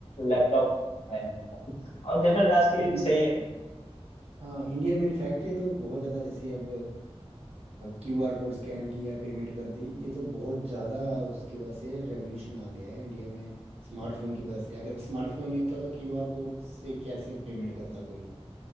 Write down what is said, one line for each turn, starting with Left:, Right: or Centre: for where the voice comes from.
Left: लैपटॉप
Right: हाँ
Left: है और जनरल टास्क के लिए
Right: इंडिया
Left: भी सही है
Right: हाँ इंडिया में इनफैक्ट ये तो बहुत ज़्यादा जैसे अब क्यू आर कोड स्कैन किया पेमेंट कर दी ये तो बहुत ज़्यादा उसकी वजह से रेवोल्यूशन आ गया है इंडिया में स्मार्टफोन की वजह से अगर स्मार्टफोन नहीं होता तो क्यू आर कोड से कैसे पेमेंट करता कोई